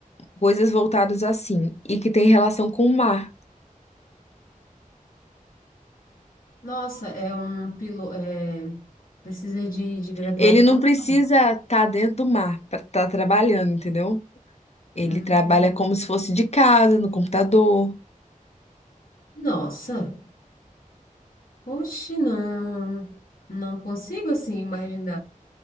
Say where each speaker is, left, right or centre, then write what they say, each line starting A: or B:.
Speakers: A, on the left; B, on the left.
A: coisas voltadas assim, e que tem relação com o mar.
B: Nossa, é um piloto. É, precisa de, de graduação,
A: Ele não precisa
B: cara?
A: estar dentro do mar para estar trabalhando, entendeu? Ele
B: Hum,
A: trabalha como se fosse de casa, no computador.
B: nossa. Oxe, não. Não consigo assim imaginar.